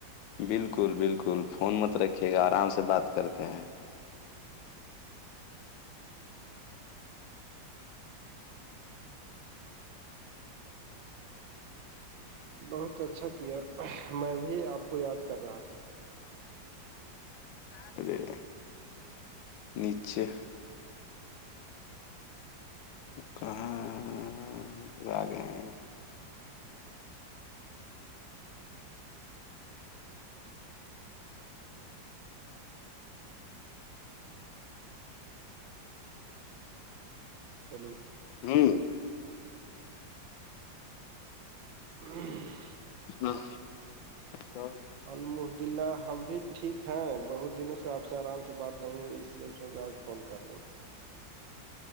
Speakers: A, on the left; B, on the right.
A: بالکل بالکل فون مت رکھیے گا آرام سے بات کرتے ہیں
B: بہت اچھا کیا میں بھی آپ کو یاد کر رہا تھا
A: <inaudible> نیچے کہاں گئے
B: ہلو
A: ہوں
B: <inaudible>
A: ہاں تو
B: المحدلہ ہم بھی ٹھیک ہیں بہت دنوں سے آپ سے آرام سے بات نہیں ہوئی اس لیے س آج فون کر لوں